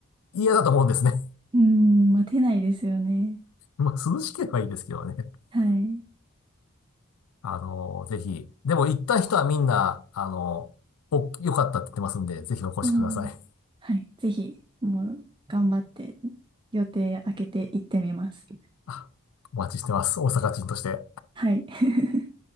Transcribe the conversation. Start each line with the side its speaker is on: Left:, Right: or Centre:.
Left: 嫌だと思うんですね。
Right: うん、待てないですよね。
Left: <laughs> まあ、涼しければいいですけどね。
Right: はい。
Left: あの、ぜひ。でも行った人はみんな、あの、お、良かったって言ってますんで、ぜひお越しください。
Right: おー、はい。ぜひ、もう、頑張って、予定開けて行ってみます。
Left: あお待ちしてます。大阪人として。
Right: はい。<laughs>